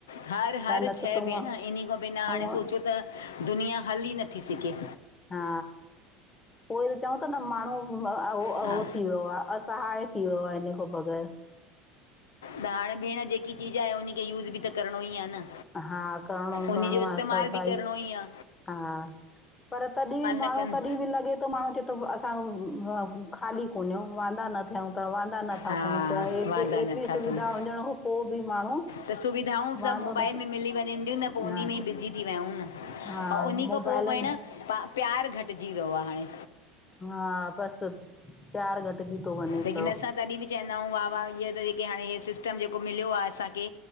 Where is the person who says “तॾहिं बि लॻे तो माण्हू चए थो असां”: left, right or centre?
Left